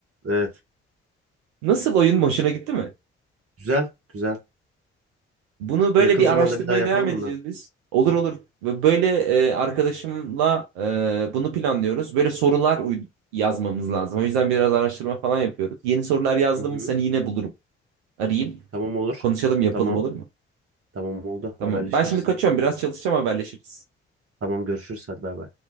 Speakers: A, on the right; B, on the right.
A: Evet.
B: Nasıl oyun hoşuna gitti mi?
A: Güzel, güzel.
B: Bunu böyle
A: Yakın
B: bir
A: zamanda
B: araştırmaya
A: bir daha yapalım
B: devam edeceğiz
A: bundan.
B: biz. Olur olur. Ve Böyle e, arkadaşımla e, bunu planlıyoruz. Böyle sorular uy- yazmamız lazım. O yüzden biraz araştırma falan yapıyoruz. Yeni sorular yazdım
A: Hı hı.
B: mı seni yine bulurum. Arayayım.
A: Tamam olur.
B: Konuşalım yapalım
A: Tamam.
B: olur mu?
A: Tamam oldu.
B: Tamam.
A: Haberleşiriz.
B: Ben şimdi kaçıyorum. Biraz çalışacağım haberleşiriz.
A: Tamam görüşürüz. Hadi bay bay.